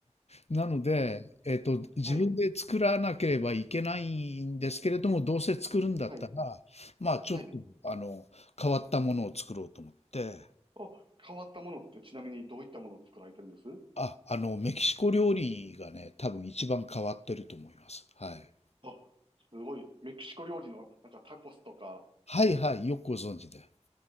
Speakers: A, on the left; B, on the right.
A: なので、
B: うん、
A: えっと、自分で作らなければいけないんですけれども、
B: はい、
A: どうせ作るんだったら、
B: はい、
A: まあ、ちょっと、
B: はい。
A: あの、変わったものを作ろうと思って、
B: あ、変わったものってちなみにどういったものを作られてるんです
A: あ、あの、メキシコ料理がね、多分一番変わってると思います。はい。
B: あ、すごい。メキシコ料理のなんかタコスとか、
A: はいはい、よくご存知で。